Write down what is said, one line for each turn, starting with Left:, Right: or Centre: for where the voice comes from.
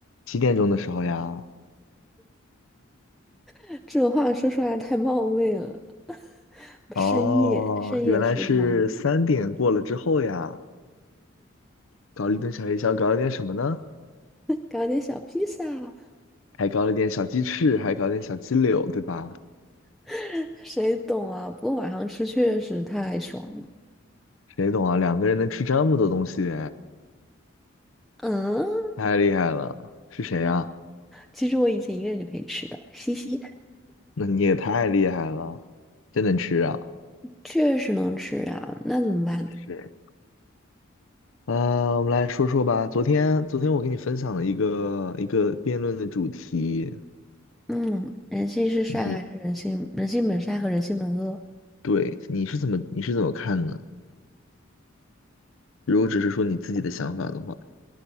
Left: 几点钟的时候呀？
Centre: <laughs> 这种话说出来太冒昧了，<laughs>
Left: 哦，
Centre: 深夜深夜食堂，
Left: 原来是三点过了之后呀。搞了一顿小夜宵，搞了点什么呢？
Centre: <laughs> 搞点小披萨，
Left: 还搞了点小鸡翅，还搞了点小鸡柳，对吧？
Centre: <laughs> 谁懂啊？不过晚上吃确实太爽了。
Left: 谁懂啊？两个人能吃这么多东西，
Centre: 嗯。
Left: 太厉害了。是谁呀、
Centre: 其实我以前一个人就可以吃的，嘻嘻，
Left: 那你也太厉害了，真能吃啊！
Centre: 确实能吃啊，那怎么办呢？
Left: 是，啊，我们来说说吧。昨天，昨天我给你分享了一个一个辩论的主题，
Centre: 嗯，人性是善还是人性？
Left: 你
Centre: 人性本善和人性本恶，
Left: 对你是怎么你是怎么看呢？如果只是说你自己的想法的话，